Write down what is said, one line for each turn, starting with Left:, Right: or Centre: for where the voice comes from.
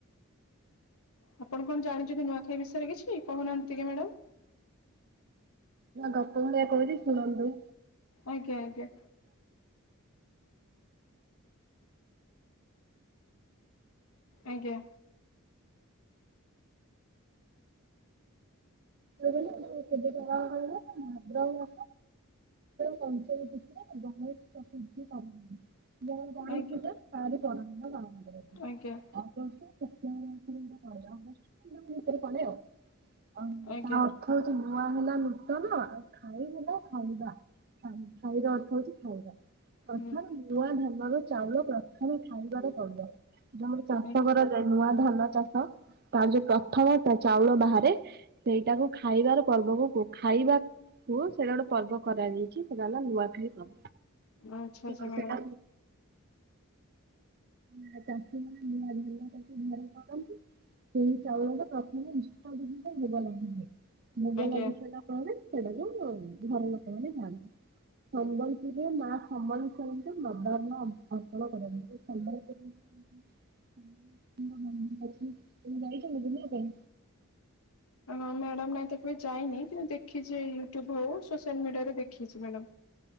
Left: ଆପଣ କଣ ଜାଣିଛନ୍ତି ନୂଆଖାଇ ବିଷୟରେ କିଛି କହୁନାହାନ୍ତି ଟିକେ ମ୍ୟାଡମ?
Right: ଗପ ଭଳିଆ କହୁଛି ଶୁଣନ୍ତୁ।
Left: ଆଜ୍ଞା ଆଜ୍ଞା। ଆଜ୍ଞା
Right: ସେବଠାରୁ ଆଦ୍ରଳ ପଞ୍ଚାୟତ ଭିତରେ ବହୁତ ପ୍ରସିଦ୍ଧି କରି ମୁଁ ଗଣେଶ
Left: ଆଜ୍ଞା
Right: ପୂଜା ତାରି ପର ଦିନ ପାଳନ କରେ
Left: ଆଜ୍ଞା
Right: ଅଗଷ୍ଟ ଅଗଷ୍ଟ ଭିତରେ ପଡେ ଆଉ। ଓ
Left: ଆଜ୍ଞା
Right: ତା ଅର୍ଥ ହଉଚି ନୂଆ ହେଲାନି। ତ ଆଉ ଖାଇ ହେଲା ଖାଇବା। ଖାଇର ଅର୍ଥ ହଉଛି ଖାଇବା। ଅର୍ଥ
Left: ହୁଁ
Right: ନୂଆ ଧାନ। ଆମର ଚାଉଳ ପ୍ରଥମେ ଖାଇବାରେ ପଡିବ। ଯେମିତି ଚାଷ
Left: ଆଜ୍ଞା।
Right: କରାଯାଏ ନୂଆ ଧାନ ଚାଷ ତାର ଯୋଉ ପ୍ରଥମ ତା ଚାଉଳ ବାହାରେ ରେ, ସେଇଟାକୁ ଖାଇବାର ପର୍ବକୁ ଖାଇବା କୁ ସେଇଟା ଗୋଟେ ପର୍ବ କରାଯାଇଚି ସେଟା ହେଲା ନୂଆଖାଇ ପର୍ବ।
Left: ଆଚ୍ଛା ଆଚ୍ଛା
Right: ହଁ
Left: ମ୍ୟାଡ଼ାମ
Right: ସେଟା ନା ଚାଷୀମାନେ ନୂଆ ଧାନଟାକୁ ଘରେ ପକାନ୍ତି, ସେଇ ଚାଉଳ ଟା ପ୍ରଥମେ <unintelligible> ଭୋଗ ଲାଗେନି। ଭୋଗ
Left: ଆଜ୍ଞା।
Right: ଲାଗିସାରିଲା ପରେ ସେଇଟାକୁ ଘର ଲୋକମାନେ ଯାଆନ୍ତି। ସମ୍ବଲପୁରରେ ମା ସମ୍ବଲେଶ୍ୱରୀଙ୍କ ନବାରନ୍ନ ଅର୍ପଣ କରାଯାଏ। ସମ୍ବଲପୁରରେ ସମ୍ବଲେଶ୍ୱରୀଙ୍କ ମନ୍ଦିର ଅଛି। ଆପଣ ଯାଇଛନ୍ତି କି ବୁଲିବା ପାଇଁ?
Left: ମ୍ୟାଡାମ ନାଇଁ ତ କେବେ ଯାଇନି କିନ୍ତୁ ଦେଖିଛି ୟୁଟୁବ ହଉ ସିମିଳିଗୁଡା ରେ ଦେଖିଚି ମ୍ୟାଡ଼ାମ।